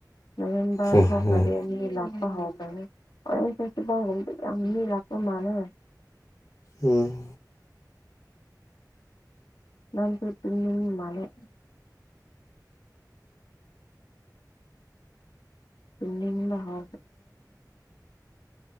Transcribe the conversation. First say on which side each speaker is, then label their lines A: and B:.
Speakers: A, on the left; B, on the left.
A: ꯅꯕꯦꯝꯕꯔ
B: ꯎꯝ
A: ꯊꯣꯛꯀꯔꯦ
B: ꯎꯝ
A: ꯑꯅꯤ ꯂꯥꯛ ꯥꯎ ꯐ ꯌꯥꯝꯃꯤ ꯂꯥꯛꯄ ꯃꯥꯅ
B: ꯎꯝ
A: ꯅꯪ ꯄ ꯏꯠꯇ ꯃꯂꯦ ꯇꯅ ꯍ